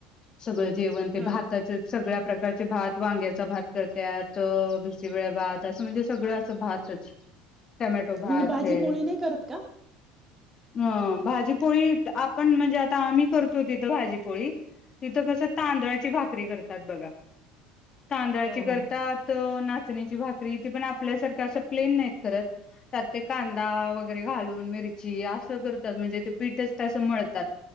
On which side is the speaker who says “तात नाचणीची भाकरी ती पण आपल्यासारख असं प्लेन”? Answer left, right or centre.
Left